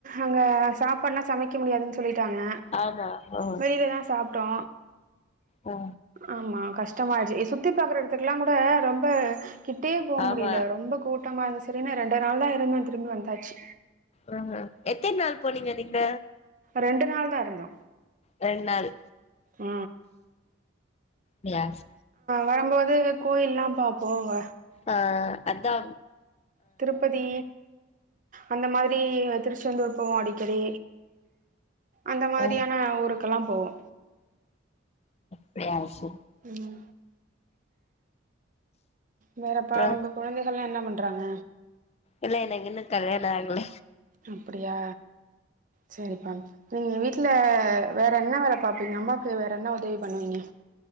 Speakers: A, on the right; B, on the left.
A: அங்க சாப்பாடுலா சமைக் க்கா முடியாதுனு சொ சொல்லிடாங்க
B: ஆமா ஆ
A: வெளியிலதா சாப் டோ
B: ஆ
A: ஆமா ஷ்டமாயிடுச்சி சுத்தி பாக்குற இடத்துக்குலா கூட ரொம்ப கிட்டே போ
B: ஆமா
A: முடில ரொம்ப கூட்டமா இருந் சேரினு ரெண்டு நாள்தா இருந்தன் திரும்பி வந்தாச்சி
B: ஆ எத்தநாள் போனீங்க நீங்க
A: ரெண்டு நாள் தா இருந்தோ
B: ரெண்நாள்
A: ஆ
B: கிளாஸ்
A: வரும்போது கோயில்லா பாப்போங்க
B: ஆ அத்தா
A: திருப்பதி அந்த மாரி வதிருச் திருந்தூர் போவோ அடிக்கடி அந்த மாரியான
B: ஆ
A: ஊருக்குலா போவோ
B: <unintelligible>
A: ம் வேறப்பா
B: அப்புறோ
A: உங்க குழந்தைகள்லா என்ன பண் ட்றாங்க
B: இல்ல எனக்கு இன்னு கல்யாணோ ஆகல
A: அப்பிடியா சேரிப்பா நீங்க வீட்டுல வேற என்ன வேல பாப்பீங்க அம்மாக்கு வேற என்ன உதவி பண்ணுவிங்க